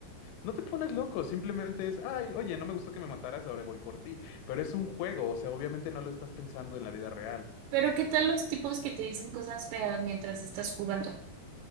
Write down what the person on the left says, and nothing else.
No te pones loco, simplemente es, ay, oye, no me gustó que me mataras, ahora voy por ti, pero es un juego, o sea, obviamente no lo estás pensando en la vida real.